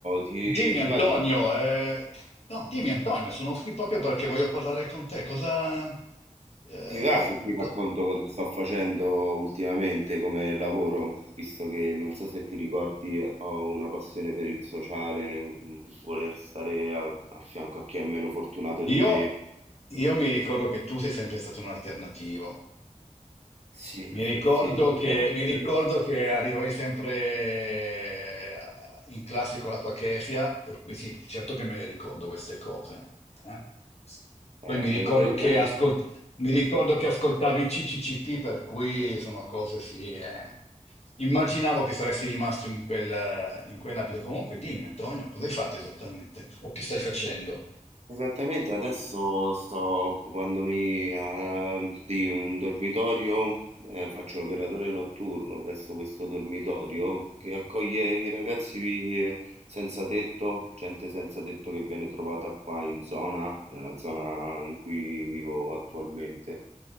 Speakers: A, on the right; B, on the left.
A: ti,
B: Dimmi
A: ti
B: Antonio,
A: va di-
B: eh, no, dimmi Antonio, sono qui proprio perché voglio parlare con te. Cosa, eh,
A: ti va se ti racconto
B: co-
A: cosa sto facendo ultimamente come lavoro, visto che non so se ti ricordi, ho una passione per il sociale, mh, voler stare a, a fianco a chi è meno fortunato di
B: Io,
A: me.
B: io mi ricordo che tu sei sempre stato un alternativo.
A: Sì,
B: Mi ricordo
A: <laughs> Sì, ti
B: che,
A: ricordi
B: mi
A: bene.
B: ricordo che arrivavi sempre eh, in classe con la tua kefia, per cui sì, certo che me le ricordo queste cose. eh.
A: Eh,
B: Poi mi ricordo
A: eh, praticamente.
B: che, ascolt- mi ricordo che ascoltavi il CCCP, per cui sono cose sì. eh. Immaginavo che saresti rimasto in quel- in quell'abito. Comunque, dimmi, Antonio, cosa hai fatto esattamente? O che stai facendo?
A: eh, Esattamente, adesso sto occupandomi, ehm, di un dormitorio eh, faccio l'operatore notturno presso questo dormitorio che accoglie i ragazzi eh, senza tetto, gente senza tetto che viene trovata qua in zona, nella zona in cui vivo attualmente.